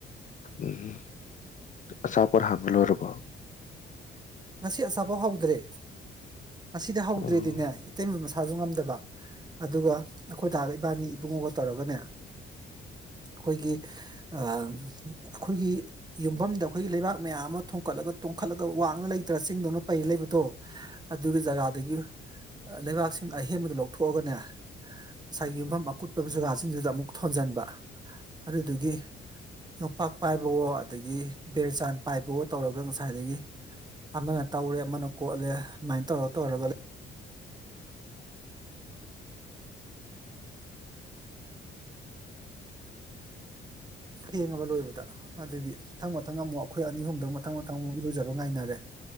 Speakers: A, on the left; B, on the right.
A: ꯎꯝ ꯑꯆꯥꯄꯣꯠ ꯍꯥꯟꯕ ꯂꯣꯏꯔꯕꯣ
B: ꯉꯁꯤ ꯑꯆꯥꯄꯣꯠ ꯍꯧꯗ꯭ꯔꯦ ꯉꯁꯤꯗꯤ ꯍꯧꯗ꯭ꯔꯦꯗꯤꯅꯦ
A: ꯎꯝ
B: ꯏꯇꯩꯃ ꯃꯁꯥꯖꯨ ꯉꯝꯗꯕ ꯑꯗꯨꯒ ꯑꯩꯈꯣꯏ ꯗꯥꯒ ꯏꯕꯥꯅꯤ ꯏꯕꯨꯡꯉꯣꯒ ꯇꯧꯔꯒꯅꯦ ꯑꯩꯈꯣꯏꯒꯤ ꯑ ꯑꯩꯈꯣꯏꯒꯤ ꯌꯨꯝꯕꯝꯗ ꯑꯩꯈꯣꯏꯒꯤ ꯂꯩꯕꯥꯛ ꯃꯌꯥꯝ ꯑꯃ ꯊꯣꯡꯀꯠꯂꯒ ꯇꯣꯡꯈꯠꯂꯒ ꯋꯥꯡꯉ ꯂꯩ ꯇ꯭ꯔ ꯆꯤꯡꯗꯧꯅ ꯄꯩ ꯂꯩꯕꯗꯣ ꯑꯗꯨꯒꯤ ꯖꯒꯥꯗꯒꯤ ꯑ ꯂꯩꯕꯥꯛꯁꯤꯡ ꯑꯍꯦꯟꯕꯗꯣ ꯂꯧꯊꯣꯛꯑꯒꯅꯦ ꯉꯁꯥꯏꯒꯤ ꯌꯨꯝꯕꯝ ꯑꯀꯨꯠꯄ ꯖꯒꯥꯖꯤꯡꯗꯨꯗ ꯑꯃꯨꯛ ꯊꯣꯟꯖꯟꯕ ꯑꯗꯨꯗꯨꯒꯤ ꯌꯣꯝꯄꯥꯛ ꯄꯥꯏꯕꯋꯣ ꯑꯗꯒꯤ ꯕꯤꯔꯆꯥꯟ ꯄꯥꯏꯕꯋꯣ ꯇꯧꯔꯒ ꯉꯁꯥꯏꯗꯒꯤ ꯑꯃꯅ ꯇꯧꯔꯦ ꯑꯃꯅ ꯀꯣꯠꯂꯦ ꯑꯗꯨꯃꯥꯏꯟ ꯇꯧꯔ ꯇꯧꯔꯒ ꯊꯦꯡꯉꯕ ꯂꯣꯏꯕꯗ ꯑꯗꯨꯒꯤ ꯃꯊꯪ ꯃꯊꯪ ꯑꯃꯨꯛ ꯑꯩꯈꯣꯏ ꯑꯅꯤ ꯑꯍꯨꯝꯗꯣ ꯃꯊꯪ ꯃꯊꯪ ꯑꯃꯨꯛ ꯏꯔꯨꯖꯕ ꯉꯥꯏꯅꯔꯦ